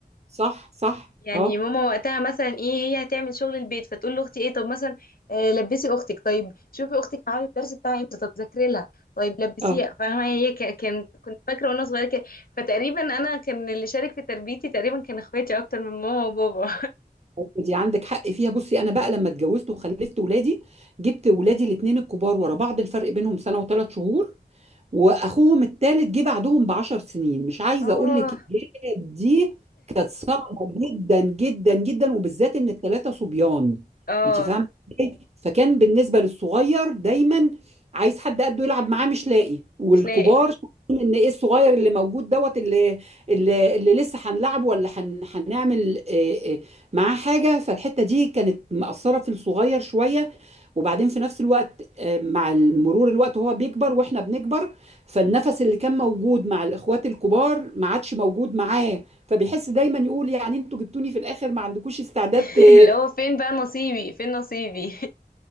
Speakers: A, on the right (about 40°); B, on the left (about 60°).
A: صح صح
B: يعني
A: اه
B: ماما وقتها مثلا ايه هي هتعمل شغل البيت فتقول لاختي ايه طب مثلا آه لبسي اختك طيب شوفي اختك معايا الدرس بتاعها امتى طب ذاكري لها طيب لبسيها
A: آه.
B: فاهمه هي ك- كانت كنت فاكره وانا صغيره كده فتقريبا انا كان اللي شارك في تربيتي تقريبا كان اخواتي اكتر من ماما وبابا
A: أيوة دي عندك حق فيها بصي انا بقى لما اتجوزت وخلفت ولادي جبت ولادي الاثنين الكبار ورا بعض الفرق بينهم سنه وثلاث شهور واخوهم الثالث جه بعدهم ب 10 سنين مش
B: <laughs>
A: عايزه
B: اه
A: اقول لك الجيل دي كانت صعبه جدا جدا جدا وبالذات ان الثلاثه صبيان
B: اه
A: انت فاهمه ازاي فكان بالنسبه للصغير دايما عايز حد قده يلعب معاه مش لاقي والكبار
B: مش لاقي
A: شايفين ان ايه الصغير اللي موجود دوت اللي اللي, اللي لسه هنلعبه ولا هن- هنعمل آه، آه، معاه حاجه فالحته دي كانت مأثره في الصغير شويه وبعدين في نفس الوقت آه، مع مرور الوقت وهو بيكبر واحنا بنكبر فالنفس اللي كان موجود مع الاخوات الكبار ما عادش موجود معاه فبيحس دايما يقول يعني انتوا جبتوني في الاخر ما عندكوش استعداد
B: <laughs>
A: ت-
B: اللي هو فين بقى نصيبي فين نصيبي